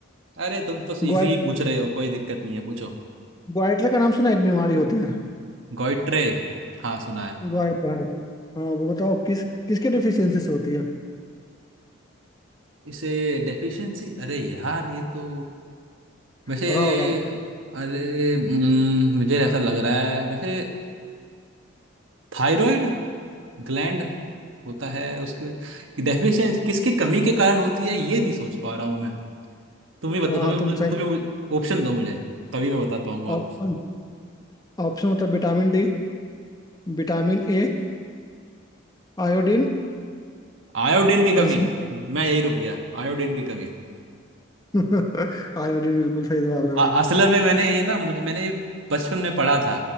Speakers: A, on the right; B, on the left.
A: अरे तुम तो इजी
B: ग्वाइट
A: ही पूछ रहे हो कोई दिक्कत नहीं है पूछो
B: ग्वाइटर का नाम सुना है, एक बीमारी होती है
A: गॉइट्रे हाँ सुना है
B: ग्वाइटर है हाँ वो बताओ किस किसके डिफिशियंसी से होती है
A: इसे डेफिशिएंसी अरे यार ये तो वैसे
B: पढ़ा होगा
A: अरे हम्म, मुझे ऐसा लग रहा है वैसे थायराइड ग्लैंड होता है उसकी डेफिशिएंसी किसकी कमी के कारण होती है ये नहीं सोच पा रहा हूँ मैं तुम ही बता
B: हाँ
A: तुम्हें
B: हाँ तुम सही
A: तुम्हें ऑप्शन दो मुझे तभी मैं बता पाऊंगा अब
B: ऑप्शन ऑप्शन होता है vitamin D vitamin A iodine
A: आयोडीन की
B: बस
A: कमी मैं यही रुक गया आयोडीन की कमी
B: <laughs> आयोडीन बिल्कुल सही जवाब है
A: अ-
B: भाई
A: असल में मैंने ये ना मुझे मैंने ये बचपन में पढ़ा था